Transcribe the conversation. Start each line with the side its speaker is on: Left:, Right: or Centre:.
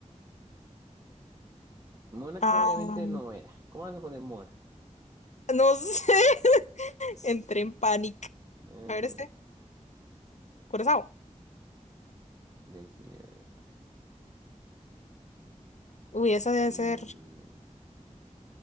Right: Mónaco
Left: Ah.
Right: obviamente no era. ¿Cómo vas a poner Mónaco?
Left: No sé. <laughs> Entré en pánico.
Right: Eh,
Left: A ver, este. Curazao.
Right: le sí, a ver,
Left: Uy, esa
Right: aquí
Left: debe ser.